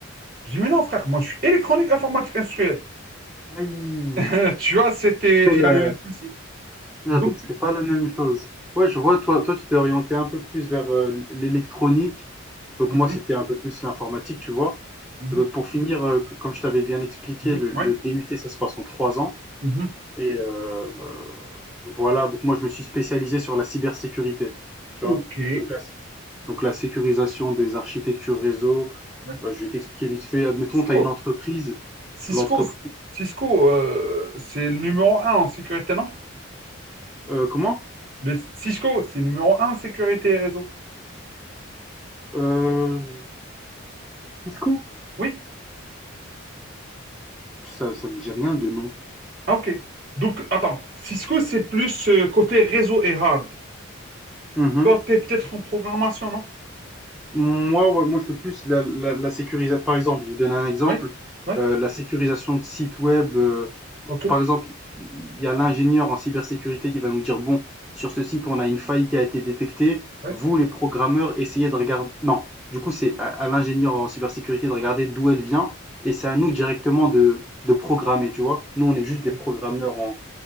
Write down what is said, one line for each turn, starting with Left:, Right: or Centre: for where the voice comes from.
Right: Je dis, mais non, frère, moi je suis électronique informatique industrielle.
Centre: Aïe!
Right: <laughs> Tu vois, c'était,
Centre: Ouais.
Right: il y a eu un souci.
Centre: Ah,
Right: Donc,
Centre: donc c'était pas la même chose. Ouais, je vois, toi, toi, tu t'es orienté un peu plus vers euh, l'électronique. Donc
Right: Mhm,
Centre: moi, c'était un peu plus l'informatique, tu vois.
Right: mhm,
Centre: Et donc pour finir, euh, c- comme je t'avais bien expliqué,
Right: mhm,
Centre: le, le
Right: ouais,
Centre: DUT, ça se passe en trois ans.
Right: mhm.
Centre: Et euh, euh, voilà, donc moi, je me suis spécialisé sur la cybersécurité, tu
Right: Ok.
Centre: vois. Donc la, donc la sécurisation des architectures réseau,
Right: Ouais.
Centre: bah, je vais t'expliquer vite fait. Admettons,
Right: Cisco.
Centre: tu as une entreprise.
Right: Cisco,
Centre: L'entreprise...
Right: Cisco, euh, c'est le numéro un en sécurité, non?
Centre: euh, comment?
Right: Le Cisco, c'est numéro un en sécurité et réseau.
Centre: Euh, Cisco?
Right: Oui?
Centre: Ça ça me dit rien de nom.
Right: Ah, ok. Donc, attends, Cisco, c'est plus euh, côté réseau et hard.
Centre: Mmh
Right: Toi, t'es peut-être en programmation, non?
Centre: Moi, ouais, moi, je fais plus la la la sécurisa par exemple, je vais donner un exemple,
Right: Oui? Ouais?
Centre: heu, la sécurisation de sites web, heu,
Right: Ok.
Centre: par exemple, il y a l'ingénieur en cybersécurité qui va nous dire: «Bon, sur ce site, on a une faille qui a été détectée.
Right: Ouais?
Centre: Vous, les programmeurs, essayez de regarder non, du coup, c'est à à l'ingénieur en cybersécurité de regarder d'où elle vient et c'est à nous directement de de programmer, tu vois? Nous, on est
Right: Ok.
Centre: juste des programmeurs en